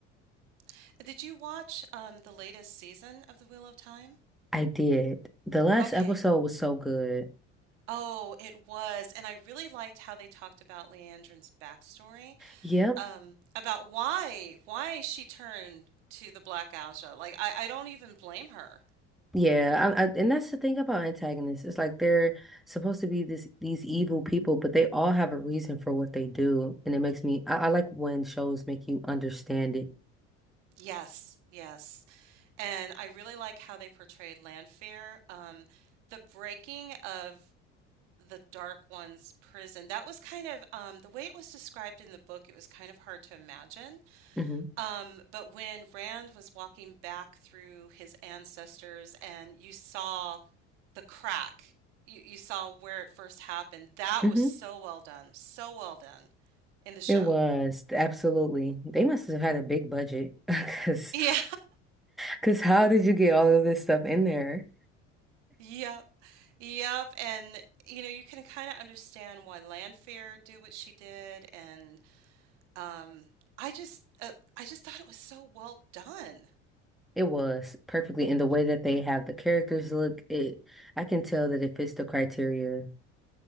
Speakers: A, on the right; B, in the centre.
A: <laughs> Did you watch um the latest season of The Wheel of Time?
B: I did. The last
A: Okay.
B: episode was so good.
A: Oh, it was. And I really liked how they talked about Leandrin's backstory,
B: Yep.
A: um, about why why she turned to the Black Aja. Like I, I don't even blame her.
B: Yeah. I, I, and that's the thing about antagonists. It's like they're supposed to be this these evil people, but they all have a reason for what they do. And it makes me I, I like when shows make you understand it.
A: Yes, yes. And I really like how they portrayed Lanfear. Um, the breaking of the Dark One's prison, that was kind of um, the way it was described in the book, it was kind of hard to imagine.
B: hmm
A: Um, but when Rand was walking back through his ancestors and you saw the crack, you, you saw where it first happened, that
B: hmm
A: was so well done, so well done in the show.
B: It was
A: <laughs>
B: absolutely. They must have had a big budget <laughs> because
A: Yeah,
B: because how did you get all of this stuff in there?
A: yeah. Yep, and you know, you can kind of understand why Lanfear did what she did, and um, I just, uh, I just thought it was so well done.
B: It was perfectly in the way that they have the characters look. It I can tell that it fits the criteria.